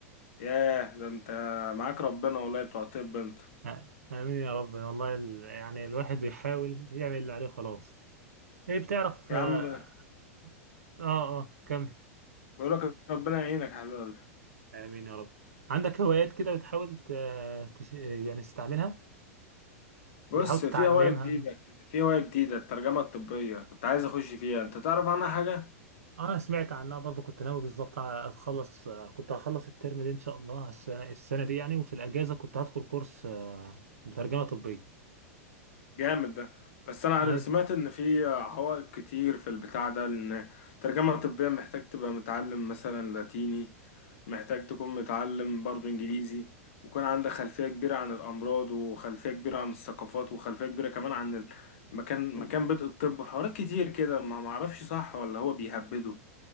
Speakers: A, on the left; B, on the right.
A: ياه ده انت معاك ربنا والله بتوع الطب انت
B: آه، امين يا رب والله ال... يعني الواحد يحاول يعمل اللي عليه خلاص ايه بتعرف
A: يا
B: اه
A: عم
B: اه آه، كمل
A: بقولك ربنا يعينك يا حبيب قلبي
B: امين يا رب عندك هوايات كده بتحاول ت... تش... يعني تستعملها
A: بص
B: بتحاول تتعلمها
A: في هواية جديدة كده في هواية جديدة الترجمة الطبية كنت عايز اخش فيها انت تعرف عنها حاجة
B: آه، انا سمعت عنها برضو كنت ناوي بالظبط اتخلص كنت هخلص الترم ده ان شاء الله السنه السنه دي يعني وفي الاجازه كنت هدخل كورس آه، مترجمه طبيه
A: جامد ده بس انا عارف-
B: اي
A: سمعت ان في عوائق كتير في البتاع ده ان ترجمة طبية محتاج تبقى متعلم مثلا لاتيني محتاج تكون متعلم برضو انجليزي ويكون عندك خلفية كبيرة عن الامراض وخلفية كبيرة عن الثقافات وخلفية كبيرة كمان عن مكان مكان بدء الطب حوارات كتير كده ما ما اعرفش صح ولا هو بيهبده